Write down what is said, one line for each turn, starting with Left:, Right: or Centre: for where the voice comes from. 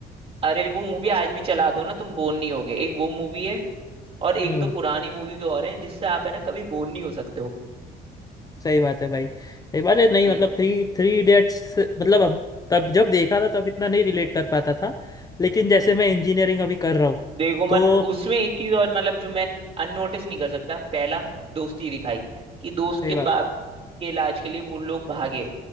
Right: अरे वो मूवी आज भी चला दो ना तुम बोर नहीं होगे एक वो मूवी है और एक
Left: हम्म
Right: दो पुरानी मूवी और हैं जिससे आप है ना कभी बोर नहीं हो सकते हो
Left: सही बात है भाई सही बात है नहीं
Right: हम्म।
Left: मतलब थ्री थ्री इडियट्स मतलब अब तब जब देखा था तब इतना नहीं रिलेट कर पाता था लेकिन जैसे मैं इंजीनियरिंग अभी कर रहा हूँ
Right: देखो मतलब
Left: तो
Right: उसमें एक चीज और मतलब जो मैं अननोटिस नहीं कर सकता पहला दोस्ती दिखाई कि दोस्त
Left: सही
Right: के
Left: बात
Right: बाप के इलाज के लिए वो लोग भागे